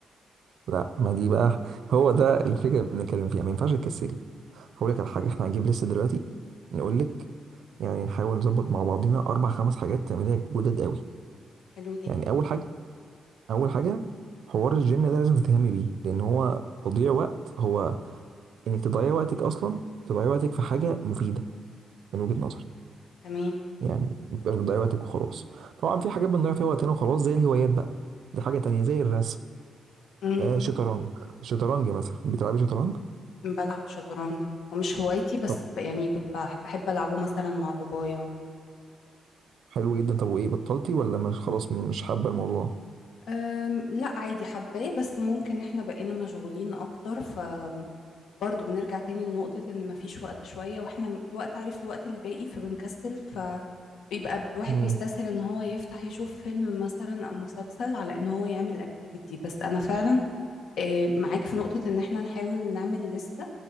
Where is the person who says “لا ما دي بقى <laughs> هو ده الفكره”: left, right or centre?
Right